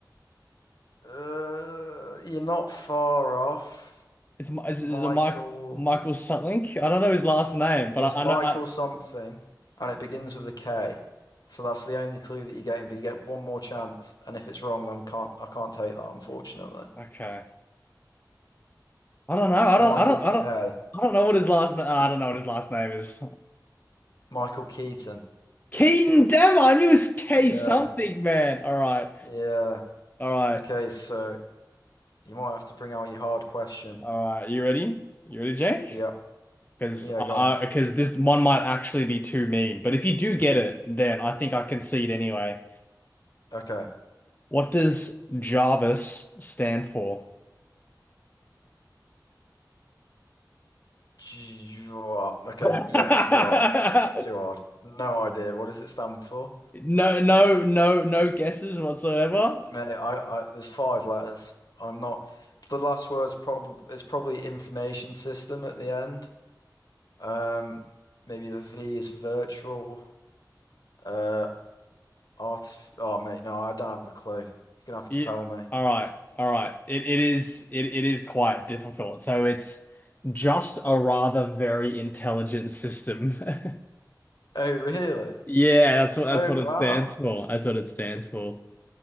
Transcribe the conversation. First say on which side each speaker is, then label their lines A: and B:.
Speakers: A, on the left; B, on the left.
A: Uh, you're not far off.
B: It's Mi- is,
A: Michael
B: is it Mike Michael something? I don't know his last name, but
A: is
B: I,
A: Michael
B: I know.
A: something, and it begins with a K. So that's the only clue that you're getting, but you get one more chance, and if it's wrong, then can't I can't take that, unfortunately.
B: I, okay. I don't know. I
A: So it's
B: don't.
A: Michael
B: I don't.
A: K.
B: I don't. I don't know what his last. Na I don't know what his last name is.
A: Michael Keaton.
B: Keaton Dever. I knew it was K
A: Yeah,
B: something, man. All right.
A: yeah.
B: All right.
A: Okay, so you might have to bring out your hard question.
B: All right. You ready? You ready, Jake?
A: Yeah,
B: Because
A: yeah,
B: I,
A: go on.
B: because this one might actually be too mean. But if you do get it, then I think I concede anyway.
A: Okay.
B: What does Jarvis stand for?
A: G- Okay,
B: <laughs>
A: yeah, you're right. That was too hard. No idea. What does it stand for?
B: No, no, no, no guesses whatsoever.
A: Mate, I, I there's five letters. I'm not. The last word's probably it's probably information system at the end. Um, maybe the V is virtual. Uh, artif. Oh, mate, no, I don't have a clue. You're gonna have
B: Yeah.
A: to tell me.
B: All right. All right. It it is it, it is quite difficult. So it's just a rather very intelligent system. <laughs>
A: Oh, really?
B: Yeah, that's what that's
A: Oh,
B: what
A: wow.
B: it stands for. That's what it stands for.